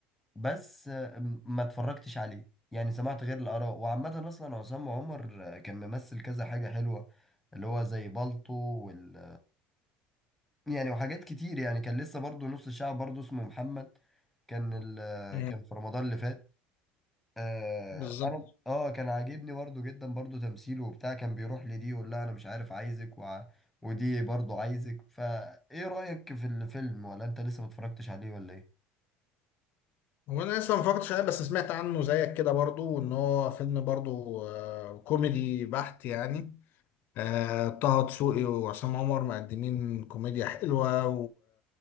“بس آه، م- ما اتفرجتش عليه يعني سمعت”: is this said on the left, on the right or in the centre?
Centre